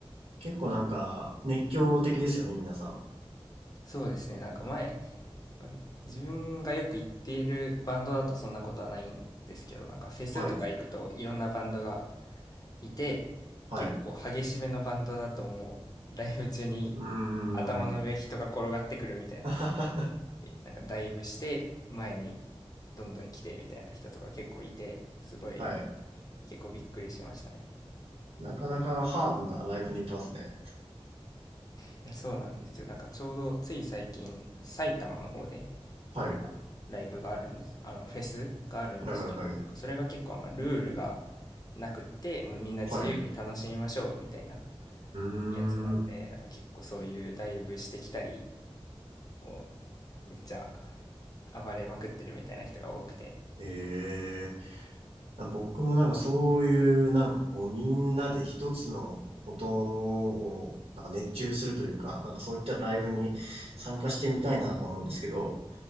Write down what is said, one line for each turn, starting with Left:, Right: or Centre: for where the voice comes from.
Right: 結構なんか熱狂的ですよね、皆さ
Left: そうですね。なんか前、自分がよく行っているバンドだとそんなことはないんですけど、なんかフェスとか行くといろんなバンドが
Right: ん。はい。
Left: いて、
Right: はい。
Left: 結構激しめのバンドだともうライブ中に
Right: うーん。
Left: 頭の上人が転がってくるみたいな、
Right: <laughs>
Left: えなんかダイブして前にどんどん来てみたいな人とか結構いて、すごい
Right: はい。
Left: 結構びっくりしましたね。
Right: なかなかハードなライブに行ってますね。
Left: いや、そうなんですよ。なんかちょうどつい最近、埼玉の方であったライブがあるんです。
Right: はい。
Left: あの、フェスがあるんですけど、
Right: はいはいはい。
Left: なんかそれが結構あんまルールがなくって、もうみんな自由に楽しみましょうみたいな
Right: はい。うー
Left: やつなんで、
Right: ん。
Left: なんか結構そういうダイブしてきたり、もうめっちゃ暴れまくってるみたいな人が多くて、
Right: ええな僕もなんかそういうなんかこうみんなで一つのことをなんか熱中するというか、なんかそういったライブに参加してみたいなと思うんですけど、